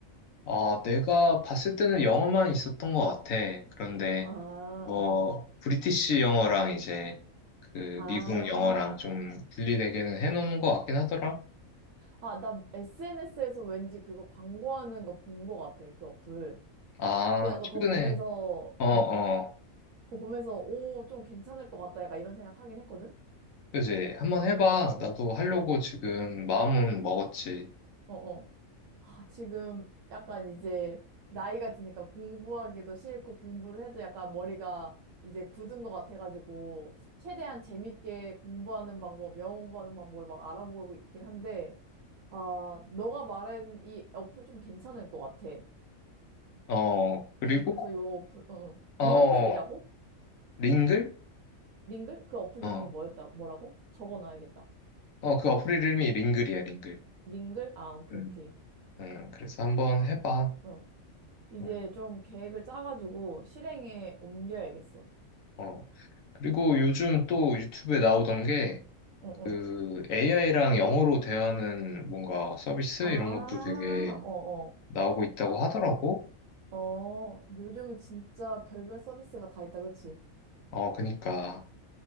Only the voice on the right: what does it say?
아,
어어.
아,
아, 나 SNS에서 왠지 그거 광고하는 거 본 거 같아, 그 어플.
그냥 너
그거 보면서,
어, 그거 보면서, 오, 좀 괜찮을 것 같다, 약간 이런 생각 하긴 했거든?
어어어,
어어. 아, 지금 약간 이제 나이가 드니까 공부하기도 싫고 공부를 해도 약간 머리가 이제 굳은 것 같아가지고 최대한 재밌게 공부하는 방법, 영어 공부하는 방법을 막 알아보고 있긴 한데 아, 너가 말한 이 어플 좀 괜찮을 것 같아. 이-
그래서 요 어플, 응, 응. 링글이라고?
링글? 그 어플
이름이 뭐였다, 뭐라고? 적어놔야겠다.
링글? 아, 오케이,
오케이.
응. 이제
좀 계획을 짜가지고 실행에 옮겨야겠어.
응, 응.
아,
어어.
어, 어, 요즘은 진짜 별별 서비스가 다 있다, 그치?